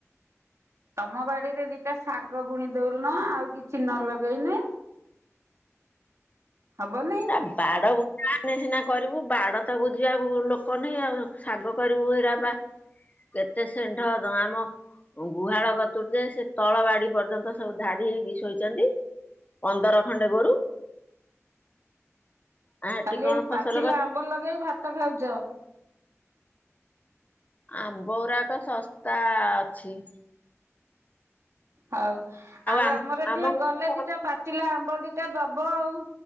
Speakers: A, on the right; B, on the left.
A: ତମ ବାଡିରେ ଦିଟା ଶାଗ ବୁଣି ଦଉଲନ ଆଉ କିଛି ନ ଲଗେଇନି ହବନି।
B: ଏ ବାଡ ଉତ୍। କାନେ ସିନା କରିବୁ ବାଡ ତ ବୁଝିବାକୁ ଲୋକ ନହିଁ ଆଉ ଶାଗ କରିବୁ ଏଇରା ବା କେତେ ସେଣ୍ଢ ଦମମ। ଗୁହାଳ କତୁୁର ଯେ ସେ ତଳ ବାଡି ପର୍ଯ୍ୟନ୍ତ ସବୁ ଧାଡି ହେଇକି ଶୋଇଛନ୍ତି। ପନ୍ଦର ଖଣ୍ଡେ ଗୋରୁ। ଆ ହେଠି
A: ଖାଲି
B: କଣ
A: ଏଇ
B: ଫସଲ
A: ପାଚିଲା
B: କରିବୁ
A: ଆମ୍ବ ଲଗେଇ ଭାତ ଖାଉଛ।
B: ଆମ୍ବରାକ ଶସ୍ତା ଅଛି।
A: ହଉ ଆଉ
B: ଆମ
A: ଆମର
B: ଆମ
A: ଯିଏ
B: ଗଛ
A: ଗଲେ ଦିଟା ପାଚିଲା ଆମ୍ବ ଦିଟା। ଏଟା ଦବ ଆଉ